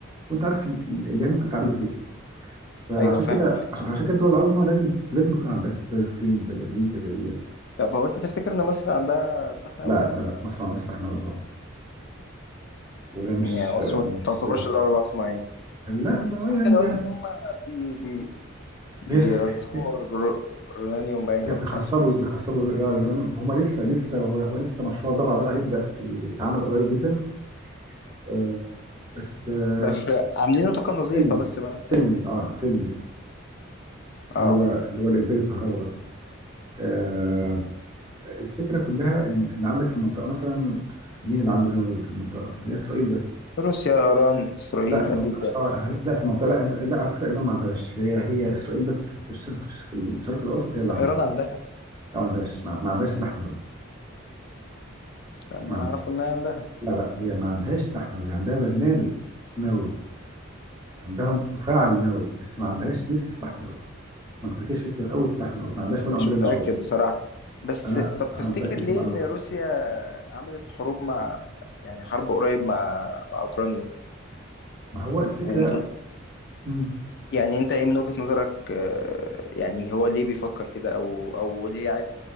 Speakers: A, on the right; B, on the left.
A: وانت عارف ال- ال- اللي هي ممكن تعمله فيك فعشان
B: ايوه فاهمك
A: اه كده فاهم عشان عشان كده الدول العظمى لازم لازم يكون عندها زي الصين زي امريكا زي
B: طب هو انت تفتكر ان مصر عندها سلاح نووي
A: لا لا لا مصر عندها سلاح نووي طبعا وده مش
B: يعني
A: فاهم
B: مصر ما
A: مش
B: تعتبرش دوله عظمى يعني
A: لا ما
B: بس هم
A: يعني
B: كانوا قالوا
A: يعني
B: ان هم بي بي بيرسموا
A: هي س- هي
B: ر- رونانيوم باين
A: بيخصبوا
B: ولا مش عارف اسمه
A: بيخصبوا
B: ايه
A: يا يورانيوم هما لسه لسه هو هو لسه مشروع الضبع ده هيبدأ يتعمل قريب جدا آه، بس آه،
B: بس عاملينه طاقة نظيفة
A: فيلمي
B: بس باين تقريبا
A: فيلمي اه فيلمي
B: اه
A: اللي هو اللي هو الانتاج الكهرباء بس آه، الفكرة كلها إن إن عندك في المنطقة مثلا مين اللي عنده نووي في المنطقة؟ هي إسرائيل بس
B: روسيا ايران اسرائيل
A: لا في اسرائيل
B: امريكا
A: منطقة
B: لا،
A: آه لا في منطقة لا لا على فكرة إيران ما عندهاش هي هي إسرائيل بس في في الشرق في الشرق الأوسط هي اللي عندها
B: ايران عندها
A: لا ما عندهاش ما ما عندهاش سلاح نووي
B: انا
A: ما
B: اعرف
A: عندها
B: انها عندها
A: لا لا هي ما عندهاش سلاح نووي عندها برنامج نووي عندها مفاعل نووي بس ما عندهاش لسه سلاح نووي ما امتلكتش لسه أول سلاح نووي ما عندهاش ولا
B: مش
A: قنبلة
B: متأكد
A: نووية
B: بصراحة بس
A: أنا
B: طب
A: أنا
B: تفتكر
A: متأكد
B: ليه
A: من المعلومة
B: ان روسيا
A: دي
B: عملت حروب مع يعني حرب قريب مع مع اوكرانيا
A: ما هو الفكرة
B: و-
A: مم.
B: يعني انت ايه من وجهة نظرك آه، يعني هو ليه بيفكر كده او او ليه عايز